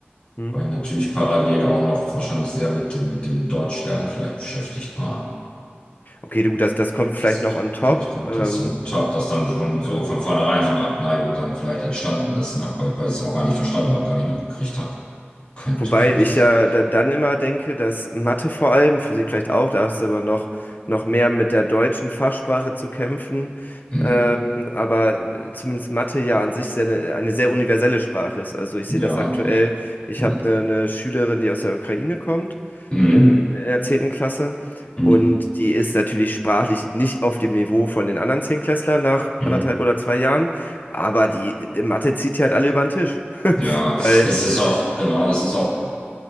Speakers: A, on the left; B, on the left.
A: Mhm.
B: weil ich natürlich parallel auch noch wahrscheinlich sehr mit dem, mit dem Deutschlernen vielleicht beschäftigt war.
A: Okay, du, das, das kommt
B: Das,
A: vielleicht noch on top.
B: vielleicht kommt
A: Ähm,
B: das zum Top, dass dann schon so
A: äh,
B: von vornherein so eine Abneigung dann vielleicht entstanden ist, ne? Weil, weil ich es auch gar nicht verstanden habe, gar nicht mitgekriegt habe. Könnte
A: Wobei
B: vielleicht
A: ich
B: auch sein.
A: ja da- dann immer denke, dass Mathe vor allem, Physik vielleicht auch, da hast du aber noch, noch mehr mit der deutschen Fachsprache zu kämpfen.
B: Hm.
A: Ähm, aber zumindest Mathe ja an sich sehr eine, eine sehr universelle Sprache ist. Also ich
B: Ja,
A: sehe das
B: eigentlich.
A: aktuell. Ich
B: Hm.
A: habe eine, eine Schülerin, die aus der Ukraine kommt,
B: Hm.
A: in, in der zehnten Klasse.
B: Hm.
A: Und die ist natürlich sprachlich nicht auf dem Niveau von den anderen Zehntklässlern nach
B: Hm.
A: anderthalb oder zwei Jahren. Aber die, die Mathe zieht die halt alle über den Tisch.
B: Ja,
A: <laughs> Weil.
B: es ist auch, genau, es ist auch,